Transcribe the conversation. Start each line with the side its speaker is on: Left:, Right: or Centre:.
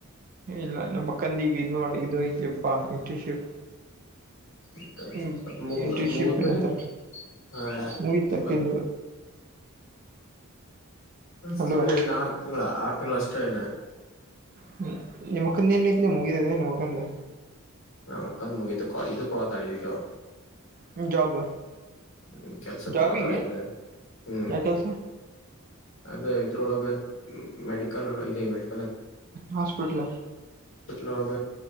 Right: ಇಲ್ಲ ನಮ್ಮಕ್ಕಂದಿಗೆ ಇ ವಾಡಿ ಇದು ಇಲಿಪ್ಪಾ ಇಂಟನ್ಶಿಪ್
Left: ಅದ್
Right: ಇನ್
Left: ಮುಗ್
Right: ಇಂಟ್ರರ್ನ್ಶಿಪ್
Left: ಅದ್ ಮುಗಿದ್ಮೇಲೆ
Right: ಏನಂತಾರೆ
Left: ಹ
Right: ಮುಗತಕಂದು
Left: ಅದ್ ಸುಳಿ
Right: ಅಲ್ವಾ
Left: ಇನ್ನು ಆರು ತಿಂಗಳ ಆರು ತಿಂಗಳ ಅಷ್ಟ ಚನಾ
Right: ಹ್ಮ ನಿಮ್ಮಕ್ಕಂದ ನ್ ಇಲಿ ಮುಗಿದಿದೆ ನಿಮ್ಮಕ್ಕಂದ್
Left: ನಮ್ ಅಕ್ಕನ್ ಮುಗಿತು ಕ ಇದಕ್ಕೋ ಇದು ಕೊತಳೆ ಈ ಜಾಬ್
Right: ಹ್ಮ್ ಜಾಬ್
Left: ಹ್ಮ್ ಕೆಲ್ಸಕ್
Right: ಜಾಬಿಗೆ
Left: ಕೋತಾಳಿಗ ಹ್ಮ್
Right: ಯಾವ ಕೆಲಸ
Left: ಅದ ಇದ್ರೊಳಗ ಮೆಡಿಕಲ್ ಇದೆ ಮೆಡಿ
Right: ಹಾಸ್ಪೆಟ್ಲು
Left: ಲೋಗ